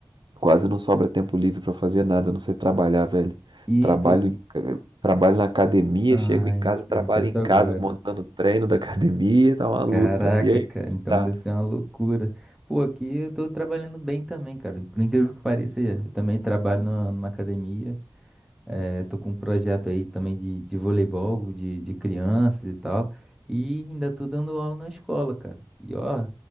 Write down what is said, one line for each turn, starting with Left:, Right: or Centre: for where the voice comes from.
Right: Quase não sobra tempo livre pra fazer nada, a não ser trabalhar, velho.
Centre: E
Right: Trabalho,
Centre: tu...
Right: em- trabalho na academia,
Centre: Ah,
Right: chego em
Centre: eu
Right: casa,
Centre: ia te
Right: trabalho
Centre: perguntar isso
Right: em casa,
Centre: agora.
Right: montando o treino da <laughs> academia, tá uma luta.
Centre: Caraca,
Right: E aí,
Centre: cara,
Right: como é
Centre: então
Right: que tá?
Centre: deve ser uma loucura. Pô, aqui eu tô trabalhando bem também, cara. Por incrível que pareça, eu também trabalho numa, numa academia. É, tô com um projeto aí também de, de voleibol, de, de crianças e tal. E ainda tô dando aula na escola, cara. E ó,